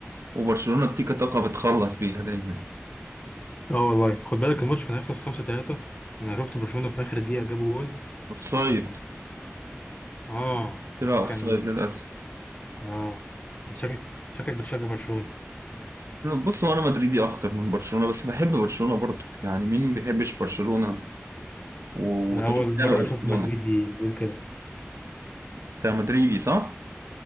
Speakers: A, on the right; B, on the left.
A: وبرشلونة بتيكا تاكا بتخلص بيها دايما
B: اه والله خد بالك الماتش كان هيخلص 5 3 انا شفت برشلونه في اخر دقيقه جابوا جول
A: اوفسايد
B: من اه
A: طلع
B: بس
A: اوفسايد
B: كان
A: للأسف
B: اه شكلك شكلك بتشجع برشلونه
A: بص هو انا مدريدي اكتر من برشلونه بس بحب برشلونه برضه يعني مين ما بيحبش برشلونه و-
B: انا
A: وطريقه
B: اول
A: لعب
B: مره
A: برشلونه
B: اشوف مدريدي يقول كده
A: انت مدريدي صح؟